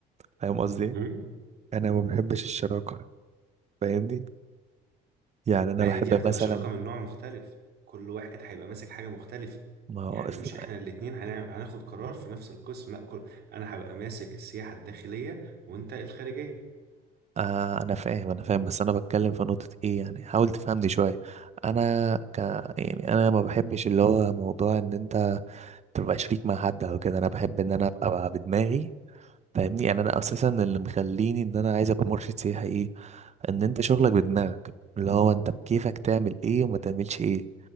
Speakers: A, on the right (about 35°); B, on the right (about 60°).
A: فاهم قصدي ايه
B: مم.
A: انا ما بحبش الشراكة فاهمني يعني انا
B: ما
A: بحب
B: هي دي هتبقى
A: مثلا
B: شراكة من نوع مختلف كل واحد هيبقى ماسك حاجة مختلفة
A: ما هو
B: يعني
A: اس-
B: مش احنا الاتنين هنع- هناخد قرار في نفس القسم لا كل... انا هبقى ماسك السياحة الداخلية وانت الخارجية
A: آه انا فاهم انا فاهم بس انا بتكلم في نقطة ايه يعني حاول تفهمني شوية انا ك يعني انا ما بحبش اللي هو موضوع ان انت تبقى شريك مع حد او كده انا بحب ان انا ابقى بدماغي فاهمني يعني انا اساسا اللي مخليني ان انا عايز ابقى مرشد سياحي ايه ان انت شغلك بدماغك اللي هو انت بكيفك تعمل ايه وما تعملش ايه